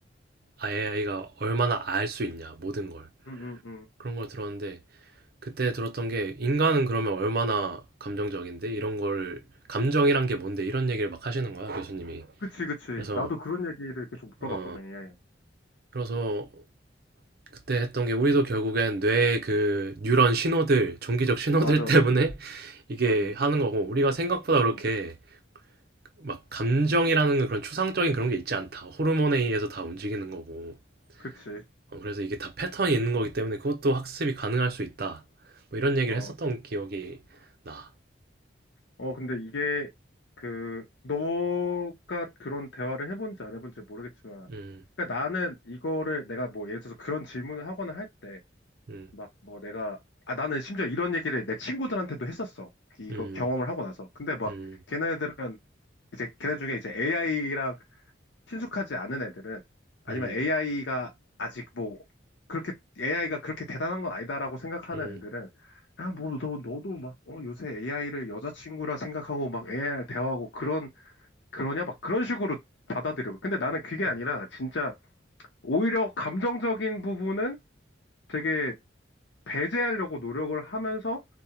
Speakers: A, on the right; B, on the left.
A: AI가 얼마나 알 수 있냐 모든 걸.
B: 응, 응, 응.
A: 그런 걸 들었는데 그때 들었던 게 인간은 그러면 얼마나 감정적인데 이런 걸 감정이란 게 뭔데 이런 얘기를 막 하시는 거야 교수님이
B: 그치, 그치.
A: 그래서
B: 나도 그런 얘기를 계속 물어봤거든.
A: 어
B: 예. 예.
A: 그래서 그때 했던 게 우리도 결국엔 뇌의 그 뉴런 신호들 전기적 신호들
B: 맞아,
A: 때문에
B: 맞아,
A: <laughs> 이게
B: 맞아.
A: 하는 거고 우리가 생각보다 그렇게
B: 어,
A: 막 감정이라는 그런 추상적인 그런 게 있지 않다 호르몬에 의해서 다 움직이는 거고
B: 그치.
A: 어, 그래서 이게 다 패턴이 있는 거기 때문에 그것도 학습이 가능할 수 있다 뭐 이런 얘기를
B: 어,
A: 했었던 기억이 나.
B: 어, 근데 이게 그, 너가 그런 대화를 해본지 안 해본지 모르겠지만,
A: 음.
B: 그러니까 나는 이거를 내가 뭐 예를 들어서 그런 질문을 하거나 할때
A: 음.
B: 막 뭐 내가 아 나는 심지어 이런 얘기를 내 친구들한테도 했었어. 이거
A: 음.
B: 경험을 하고 나서. 근데 막
A: 음.
B: 걔네들은 이제 걔네 중에 이제 AI랑 친숙하지 않은 애들은 아니면
A: 음.
B: AI가 아직 뭐 그렇게 AI가 그렇게 대단한 건 아니다라고 생각하는
A: 음.
B: 애들은 야, 뭐, 너, 너도 막, 어, 요새 AI를 여자친구라 생각하고 막 AI랑 대화하고 그런, 그러냐? 막 그런 식으로 받아들이고. 근데 나는 그게 아니라
A: 음.
B: 진짜 오히려 감정적인 부분은 되게 배제하려고 노력을 하면서